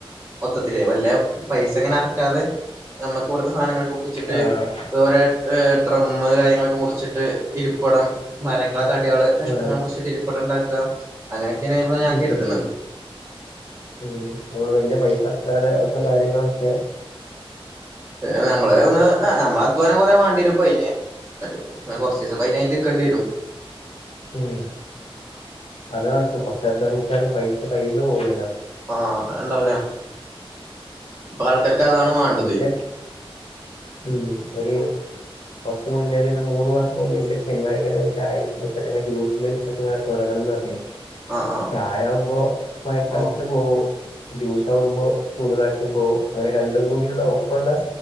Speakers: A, on the right; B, on the left.
A: മൊത്തത്തിലേ വല്ല പൈസ ങ്ങനെ അറക്കാതെ നമ്മക്ക് വടെത്തെ സാധനങ്ങൾ ഒപ്പിച്ചിട്ട്
B: ആഹ്
A: അതുപോലെ ഏ ഡ്രമ്മ് കാര്യങ്ങളൊക്കെ മുർച്ചിട്ട് ഇരിപ്പടം മരങ്ങള തട്യാള് കഷ്ണങ്ങള്
B: ആഹ്
A: മുർച്ചിട്ട് ഇരിപ്പടണ്ടാക്ക അങ്ങനൊക്കെയന്ന് ഇപ്പ ഞാൻ
B: ഉം
A: കര്ത്ണത്.
B: ഉം ഉം ഉം നമ്മള് വല്യ പൈസ ട്ക്കാതെ ഒക്കെ കാര്യങ്ങളൊക്കെ
A: അ് നമ്മള
B: ഉം
A: ർഞ്ഞാ
B: അത് നട
A: ഏ ഒ നമ്മളധ്വാനം കൊറേ മാണ്ട്യരും പയ്ന് <unintelligible> കൊർച്ചീസപയ്നായിട്ട് നിക്കണ്ട്യേരും.
B: ഉം അത് നടക്കും കൊർച്ചധ്വാനിച്ചാലും പൈസ കയ്യീന്ന് പോവൂലല്ലോ.
A: ആ അഅ്ണ്ടാവൂല ഇപ്പൾക്കാർക്ക് അതാണ് മാണ്ട തൊഅ്
B: ജസ്റ്റ് ഉം ഒര് കൊർച്ച് മുന്നേ ഒര് മൂന്ന് മാസം മുന്നേയ് ഒരു ചെങ്ങയിങ്ങനെ ചായ ബിസിനസ് അല്ലെങ്കി ജ്യൂസിന്റെ ബിസിനസ്ങ്ങെനെ തൊടങ്ങണന്ന് പർഞ്ഞി നി.
A: ആഹ്
B: ചായ വുമ്പോ മഴക്കാലത്ത്
A: ആഹ്
B: പോവും ജ്യൂസാവുമ്പോ ചൂടുകാലത്തും പോവും അങ്ങനെ രണ്ടും കൂടിള്ള ഒപ്പള്ളെ